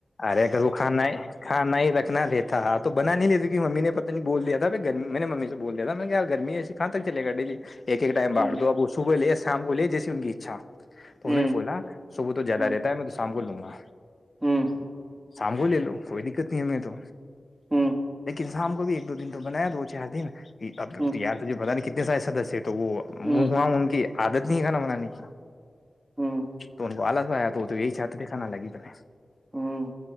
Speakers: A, on the left; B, on the right.
A: ارے ا گھر وہ کھانا کھانا ہی رکھنا دیتا تو بنا نہیں لیتی کہ ممی نے پت نہیں بول د تھا ا گرمی میں نے ممی سے بول دیا تھا میں نے ی گرمی ایسی کہاں تک چل گا ڈیلی ایک ایک ٹائم بٹ
B: ہوں
A: دو اب صبح لے شام کو لے جیسے ان کی اچھا تو
B: ہوں
A: انہوں نے بولا صبح تو زیادہ
B: ہوں
A: رہتا ہے میں سانبولوں میںا
B: ہوں
A: شام کو لے لو کوئی دقت نہیں ہمیں تو
B: ہوں
A: لیکن شام کو بھی ایک دو دن تو بنایا دو چار دن اب
B: ہوں
A: یار تجھے بت نہیں کتنے سارے سدسیہ تو وہ
B: ہوں
A: ماں ان کی عادت کھانا بنانے کی
B: ہوں
A: تو ان کو آلس ہو آیا تو وہ تو یہی چاہتے تھے کھانا لگی بنے
B: ہوں